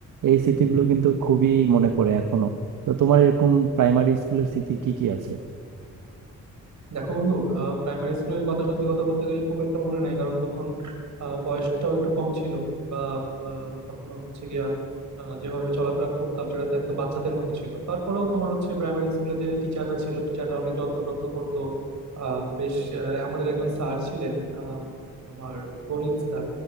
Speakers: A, on the right; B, on the right.
A: এই স্মৃতিগুলো কিন্তু খুবই মনে পড়ে এখনো তো তোমার এরকম প্রাইমারি স্কুলের স্মৃতি কি কি আছে
B: দেখো বন্ধু প্রাইমারি স্কুলের কথা সত্যি কথা বলতে গেলে খুব একটা মনে নাই কারণ তখন আহ, বয়সটাও একটু কম ছিল বা আহ, তখন হচ্ছে গিয়া আহ, যেভাবে চলাফেরা করতাম সেটা তো একদম বাচ্চাদের মতো ছিল তারপরেও তোমার হচ্ছে প্রাইমারি স্কুলে যে টিচাররা ছিল টিচাররা অনেক যত্ন টত্ন করতো আহ, বেশ আহ, আমাদের একজন স্যার ছিলেন আহ, তোমার গণিত স্যার